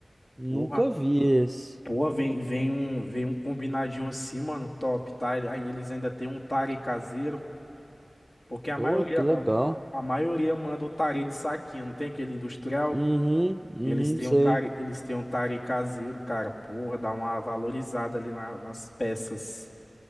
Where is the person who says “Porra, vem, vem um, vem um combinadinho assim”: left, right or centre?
Left